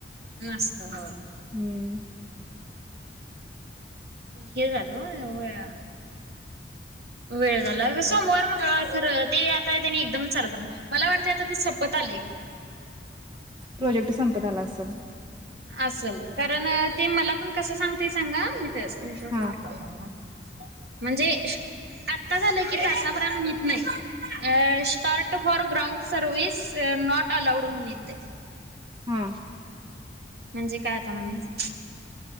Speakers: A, on the right; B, on the right.
A: नसतं होय.
B: हम्म.
A: हे झाल होय होय वेळ झाला अगं सोमवार मंगळवार खरं ते आता त्यानी एकदम चालू करणार मला वाटतंय आता ते सपत आलंय खरं
B: प्रोजेक्ट संपत आला असल.
A: असल कारण ते मला पण कसं सांगतय सांगा मी ते स्क्रीनशॉट
B: हा
A: मारला होता बघा म्हणजे आता झालं की तासा भरानं हुईत नाही. Uh start for ground service not allowed म्हणून येतय.
B: हा.
A: म्हणजे काय आता म्हणायचं?